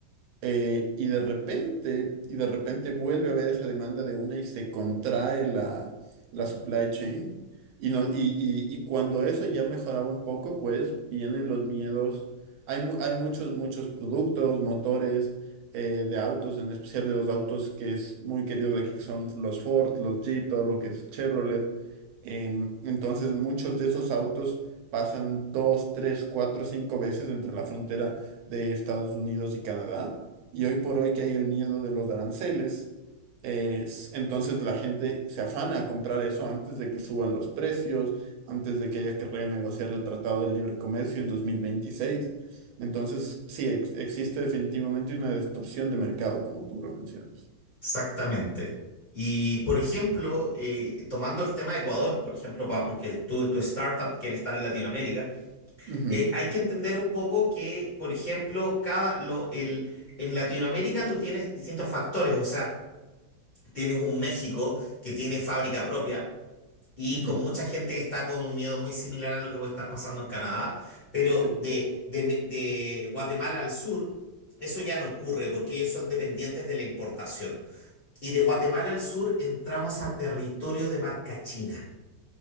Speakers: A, on the right; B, on the left.
A: Eh, y de repente, y de repente vuelve a haber esa demanda de una y se contrae la, la supply chain. Y, no, y, y- y cuando eso ya mejoraba un poco, pues vienen los miedos. Hay, mu- hay muchos, muchos productos, motores eh, de autos, en especial de los autos que es muy querido de aquí, que son los Ford, los Jeep, todo lo que es Chevrolet. Em, entonces, muchos de esos autos pasan dos, tres, cuatro, cinco veces entre la frontera de Estados Unidos y Canadá. Y hoy por hoy que hay el miedo de los aranceles, es- entonces la gente se afana a comprar eso antes de que suban los precios, antes de que haya que renegociar el Tratado de Libre Comercio en dos mil veintiséis Entonces, sí, ex- existe definitivamente una distorsión de mercado, como tú lo mencionas.
B: Exactamente. Y, por ejemplo, eh, tomando el tema de Ecuador, por ejemplo, pa- porque tu, tu startup quiere estar en Latinoamérica,
A: Ujú,
B: eh, hay que entender un poco que, por ejemplo, cada, lo, el, en Latinoamérica tú tienes distintos factores, o sea, tienes un México que tiene fábrica propia y
A: ujú,
B: con mucha gente que está con un miedo muy similar a lo que puede estar pasando en Canadá, pero
A: sí,
B: de, de, Me- de Guatemala al sur, eso ya no ocurre porque ellos son dependientes de la importación. Y de Guatemala al sur entramos a territorio de marca china.